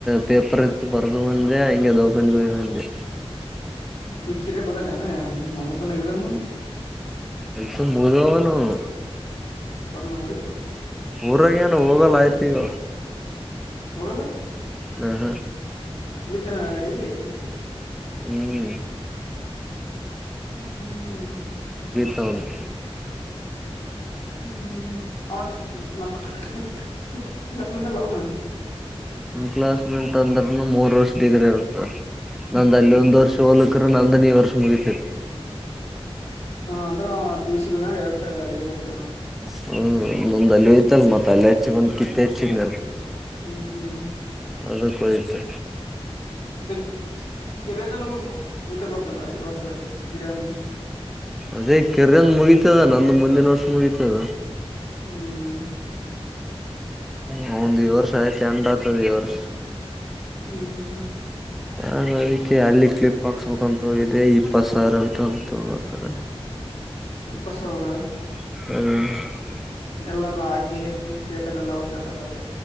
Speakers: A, in the centre; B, on the left.
A: ಪೇಪರ್ ಇತ್ತು ಬರ್ದು ಮಂದೆ ಹಿಂಗೆದಕೊಂಡ್ ಹೋಗ ಮಂದೆ
B: ವಿಖಿ ಬಂದ ಮಮ್ಮದನದಾಮ
A: ಎಕ್ಸಾಮ್ ಮುಗ್ದವ ನೋವು
B: ಬಂಧನ ಹರ
A: ಊರಾಗ ಏನು ಹೋಗಲ್ಲ ಆಯ್ತಿ ಈಗ
B: ಹೋಗಲ್ಲ
A: ಹ ಹ
B: ಮುಗಿತನ ಡಿಗ್ರಿ
A: ಹ್ಮ್
B: ಹ್ಮ್ ಹ್ಮ್
A: ತೋಂದು
B: ಹ್ಮ್ ಹ್ಮ್ ನಮ್ ಕ್ಲಾಸ್ಮೇಟ್ ಅಲ್ಲ ಅವನು
A: ಕ್ಲಾಸ್ಮೆಂಟ್ ಅಂದ್ರನು ಮೂರ್ ವರ್ಷ ದಗ್ರ ಇರುತ ನಂದ ಅಲ್ಲಿ ಒಂದ್ ವರ್ಷ ಹೋಲಕ್ರ ನಂದನ್ ಈ ವರ್ಷ ಮುಗತಿತೆ
B: ಅಂದರ ಪಿಯೂಷಿಿನದನೆ ಡೈರಕ್ಟ್ರ್ ಡಿಗ್ರಿ ರಚ್ಚ
A: ಹ್ಮ್ ಮುಂದ ಅಲ್ಲಿ ಹೋಯ್ತಲ್ ಮತ್ತ ಅಲ್ಲಿ ಹೆಚ್ಚ ಬಂದ ಕಿತ್ತ ಹೆಚ್ಚಿದಲ್ಲ
B: ಹ್ಮ್ ಹ್ಮ್
A: ಅದಕ್ಕಯ್ಿತು
B: ಮತ್ತೆ ಕೆರಿಯದ ನಮ ಮುಚ್ಚಿರ್ಬೇಕಲ್ಲ ಈ ವರ್ಷ ಕಿರಿಯಂದ
A: ಅದೇ ಕೆರ್ಗನ್ ಮುಗಿತದ ನಂದು ಮುಂದಿನ ವರ್ಷ ಮುಗಿತದ
B: ಹ್ಮ್
A: ಹಂದ್ ಈ ವರ್ಷ ಆಯ್ತಿ ಎಂಡ ಆತದ ಈ ವರ್ಷ
B: ಹ್ಮ್ ಹ್ಮ್
A: ನಾನನ್ ಅದಕ್ಕೆ ಅಲ್ಲಿ ಕ್ಲಿಪ್ ಹಾಕ್ಸ್ಬೇಕಕ್ಂತ ಹೋಗಿದೆ ಇಪ್ಪತ್ ಸಾವಿರ ಅಂತ ಅಂತ ತಗತಾರೆ
B: ಇಪ್ಪ ಸಾವಿರ
A: ಹ್ಮ್
B: ಎಲ್ಲ ಹಾಕಿ ತೇತಾನ ಎಲ್ಲ ಬರ್ತಾನ ಎಲ್ಲು